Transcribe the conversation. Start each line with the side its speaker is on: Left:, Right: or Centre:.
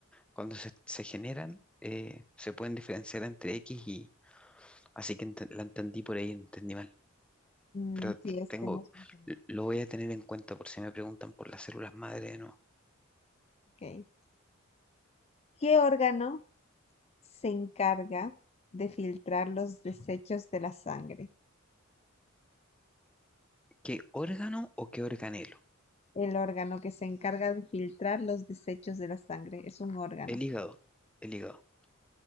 Centre: Cuando se, se generan, eh, se pueden diferenciar entre X y... Así que ente- la entendí por ahí, entendí mal.
Left: mm,
Centre: Pero
Left: sí, es
Centre: tengo,
Left: que no es confusa.
Centre: lo voy a tener en cuenta por si me preguntan por las células madre, ¿no?
Left: Ok. ¿Qué órgano se encarga de filtrar los desechos de la sangre?
Centre: ¿Qué órgano o qué organelo?
Left: El órgano que se encarga de filtrar los desechos de la sangre es un órgano.
Centre: El hígado. El hígado.